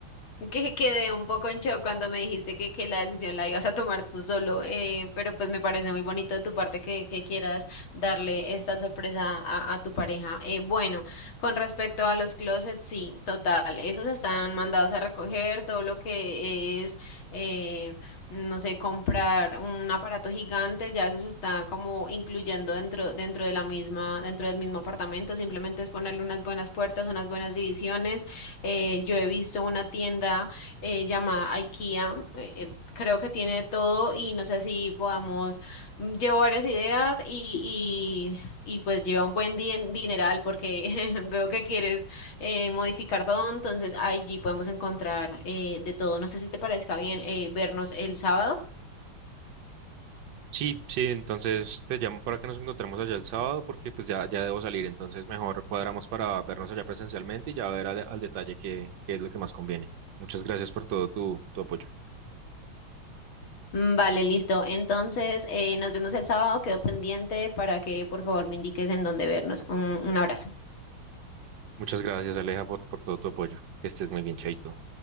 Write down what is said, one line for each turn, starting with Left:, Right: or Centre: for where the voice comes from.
Left: Que quedé un poco en shock cuando me dijiste que, que la decisión la ibas a tomar tú solo, eh, pero pues me parece muy bonito de tu parte que, que quieras darle esta sorpresa a, a tu pareja. Eh, bueno, con respecto a los closets, sí, total, esos están mandados a recoger, todo lo que es, eh, no sé, comprar un aparato gigante, ya eso se está como incluyendo dentro, dentro de la misma, dentro del mismo apartamento, simplemente es ponerle unas buenas puertas, unas buenas divisiones eh, yo he visto una tienda eh, llamada IKEA, eh, eh, creo que tiene de todo y no sé si podamos, mm, llevo varias ideas y, y, y pues lleva un buen din- dineral porque <laughs> veo que quieres eh, modificar todo, entonces allí podemos encontrar eh, de todo. No sé si te parezca bien eh, vernos el sábado.
Right: Sí, sí, entonces te llamo para que nos encontremos allá el sábado porque pues ya, ya debo salir, entonces mejor cuadramos para vernos allá presencialmente y ya ver al, al detalle qué, qué es lo que más conviene. Muchas gracias por todo tu, tu apoyo.
Left: Mm, Vale, listo. Entonces, eh, nos vemos el sábado. Quedo pendiente para que por favor me indiques en dónde vernos. un un abrazo.
Right: Muchas gracias, Aleja, por, por todo tu apoyo. Que estés muy bien, Chaito.